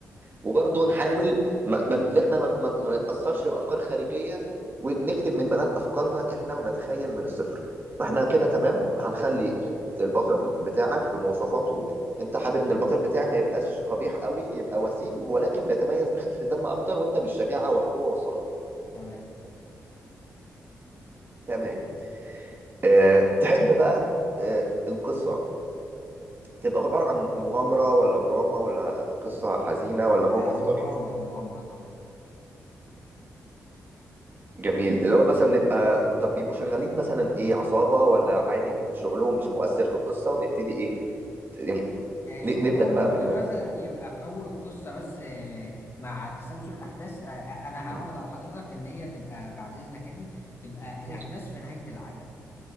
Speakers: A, on the right; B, on the left.
A: وبرضه نحاول ما ما- ان احنا ما, ما ما نتاثرش بافكار خارجيه ونكتب من بنات افكارنا احنا ونتخيل من الصفر فاحنا
B: تمام
A: كده تمام
B: اتفضل
A: هنخلي البطل بتاعك بمواصفاته انت حابب ان البطل بتاعي ما يبقاش قبيح قوي يبقى وسيم ولكن بيتميز بخفه الدم اكتر وانت بالشجاعه والقوه والصلابه
B: تمام
A: تمام أه تحب بقى أه القصه تبقى عباره عن مغامره ولا دراما ولا قصه حزينه ولا موقف
B: لا مغامرة
A: طريف
B: مغامرة طبعا
A: جميل اللي هو مثلا نبقى طب بيبقوا شغالين مثلا ايه عصابة ولا عادي شغلهم مش مؤثر في القصة ونبتدي ايه ت- يعني
B: آه، شغلهم
A: ن- نبدأ بقى
B: ممكن
A: بال
B: مثلا
A: <laughs>
B: يبقى في أول القصة بس آه، مع تسلسل الأحداث آه، آه، أنا
A: م-
B: هعرض على حضرتك إن هي تبقى بعد إذنك يعني تبقى الأحداث
A: م-
B: في نهاية العالم